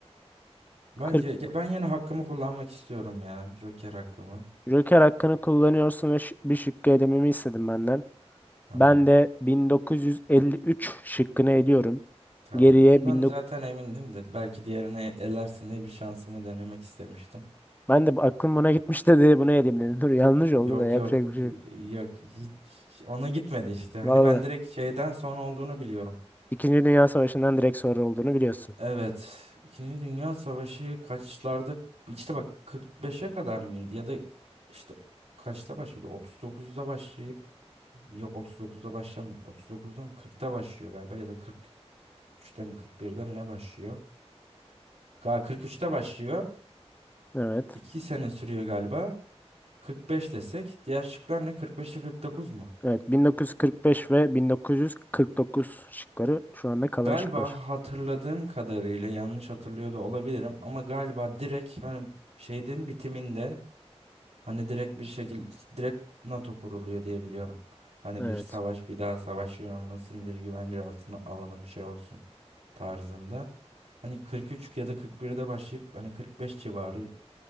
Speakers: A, on the right; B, on the left.
A: Bence
B: 40.
A: ya ben yine hakkımı kullanmak istiyorum ya. Joker hakkımı.
B: Joker hakkını kullanıyorsun ve şık- bir şıkkı elememi istedim benden.
A: Tamam.
B: Ben de 1953 şıkkını eliyorum.
A: Tamam.
B: Geriye
A: Bundan
B: 19...
A: zaten emindim de belki diğerine elersin diye bir şansımı denemek istemiştim.
B: Ben de bu- aklım buna gitmişti diye bunu eleyim dedim. <laughs> Dur yanlış
A: Yok
B: oldu da yapacak
A: yok
B: bir şey. yok.
A: yok hiç ona gitmedi işte. Hani
B: Vallahi.
A: ben direkt şeyden sonra olduğunu biliyorum.
B: İkinci Dünya Savaşı'ndan direkt sonra olduğunu biliyorsun.
A: Evet. İkinci Dünya Savaşı kaçlarda işte bak 45'e kadar mı indi ya da işte kaçta başladı? 39'da başlayıp yok 39'da başlamıyor. 39'da mı 40'ta başlıyor galiba ya da 43'te mi 41'de mi ne başlıyor? Galiba 43'te başlıyor.
B: Evet.
A: 2 sene sürüyor galiba. 45 desek diğer şıklar ne 45 ile 49 mu?
B: Evet 1945 ve 1949 şıkları şu anda kalan
A: Galiba
B: şıklar.
A: hatırladığım kadarıyla yanlış hatırlıyor da olabilirim ama galiba direkt hani şeyden bitiminde Hani direkt bir şekilde direkt NATO kuruluyor diye biliyorum. Hani
B: Evet.
A: bir savaş bir daha savaş yaşanmasın bir güvence altına alalım şey olsun tarzında. Hani 43 ya da 41'de başlayıp hani 45 civarı